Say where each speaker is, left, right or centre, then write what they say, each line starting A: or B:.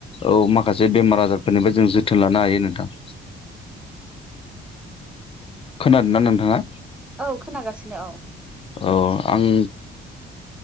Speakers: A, on the left; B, in the centre.
A: औ माखासे बेमार आजारफोरनिबो जों जोथोन लानो हायो नोंथां। खोनादोंना नोंथाङा?
B: औ खोनागासिनो औ।
A: औ आं